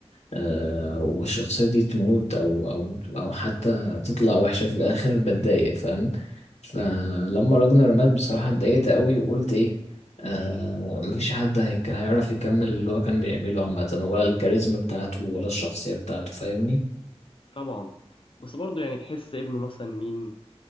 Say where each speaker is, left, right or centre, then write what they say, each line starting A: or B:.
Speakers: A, on the left (about 85°); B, on the left (about 50°).
A: آه والشخصية دي تموت أو أو أو حتى تطلع وحشة في الآخر بتضايق فاهم فلما راجنر مات بصراحة اتضايقت أوي وقلت إيه آه مفيش حد هيك هيعرف يكمل اللي هو كان بيعمله عامة ولا الكاريزما بتاعته ولا الشخصية بتاعته فاهمني
B: طبعا بس برضو يعني تحس ابنه مثلا مين